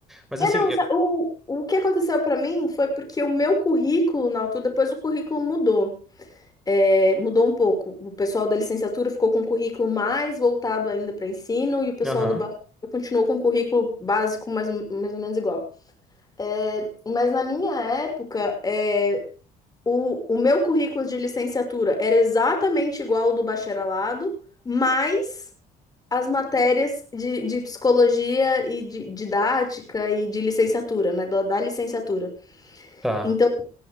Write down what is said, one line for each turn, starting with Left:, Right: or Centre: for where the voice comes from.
Centre: Mas
Left: É,
Centre: assim,
Left: não,
Centre: eu,
Left: sa- o, o que aconteceu para mim foi porque o meu currículo, na altura, depois o currículo mudou. É, mudou um pouco. O pessoal da licenciatura ficou com um currículo mais voltado ainda para ensino e o pessoal
Centre: Aham,
Left: do básico continuou com um currículo básico mais, ou- mais ou menos igual. É, mas na minha época, é O, o meu currículo de licenciatura era exatamente igual ao do bacharelado, mas as matérias de, de psicologia e de didática e de licenciatura, né? Da, da licenciatura.
Centre: tá.
Left: Então,